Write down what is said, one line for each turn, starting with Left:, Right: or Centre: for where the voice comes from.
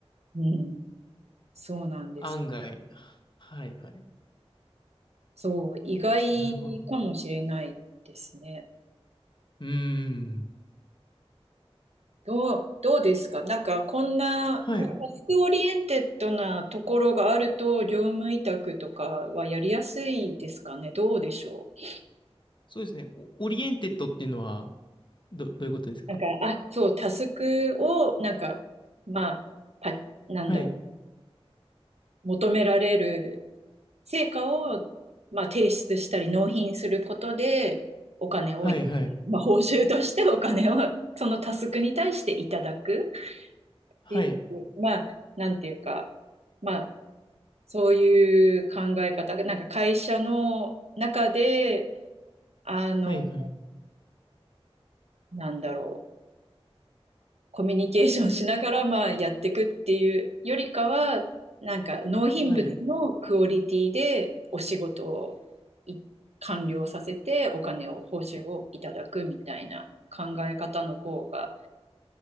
Right: うん、そうなんです。
Left: 案外。はいはい。
Right: そう、意外かもしれないですね。
Left: なるほど。うーん。
Right: どう、どうですかなんかこんな、
Left: はい。
Right: まあタスクオリエンテッドなところがあると、業務委託とかはやりやすいですかねどうでしょう
Left: そうですね。オオリエンテッドっていうのは、ど、どういうことですか
Right: なんか、あ、そう、タスクを、なんか、まあ、パなんだろ
Left: はい。
Right: う、求められる成果を、まあ、提出したり納品することで、お金を、
Left: はいはい。
Right: まあ、報酬としてお金を、そのタスクに対していただく
Left: はい。
Right: っていう、まあ、なんていうか、まあ、そういう考え方が、なんか会社の中で、あの、
Left: はいはい。
Right: なんだろう、コミュニケーションしながら、まあ、やっていくっていうよりかは、なんか納品物のクオリティでお仕事をい完了させてお金を、
Left: はい。
Right: 報酬をいただくみたいな考え方の方が、